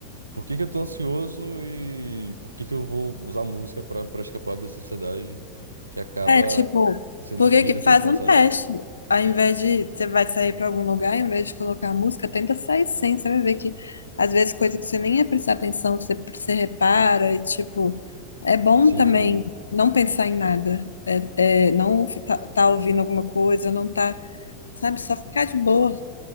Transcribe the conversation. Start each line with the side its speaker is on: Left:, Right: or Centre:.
Right: por que que eu tô ansioso e por que que eu vou usar música para para escapar da sociedade que acaba
Left: É, tipo,
Right: sendo
Left: porque
Right: o X
Left: que
Right: da
Left: faz
Right: questão,
Left: um
Right: sabe?
Left: teste. Ao invés de você vai sair pra algum lugar, ao invés de colocar a música, tenta sair sem. Você vai ver que às vezes coisa que você nem ia prestar atenção, você, você repara e tipo, é bom
Right: Sim.
Left: também não pensar em nada. É, é, não tá, tá ouvindo alguma coisa, não tá, sabe, só ficar de boa.